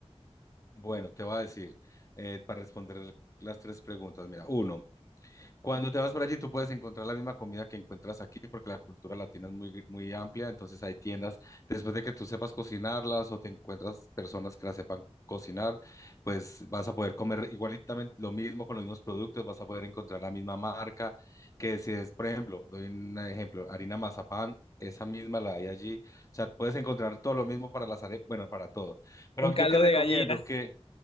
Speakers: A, on the left; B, on the left.
A: Bueno, te voy a decir, eh, para responder las tres preguntas, mira, uno, Cuando te vas para allí, tú puedes encontrar la misma comida que encuentras aquí, porque la cultura latina es muy, muy amplia, entonces hay tiendas, después de que tú sepas cocinarlas o te encuentras personas que las sepan cocinar, pues vas a poder comer igualitamente lo mismo con los mismos productos, vas a poder encontrar la misma marca, que si es, por ejemplo, doy un ejemplo, harina mazapán, esa misma la hay allí, o sea, puedes encontrar todo lo mismo para las arepas, bueno, para todo. Pero
B: Un
A: yo
B: caldo
A: que recomiendo
B: de gallina.
A: que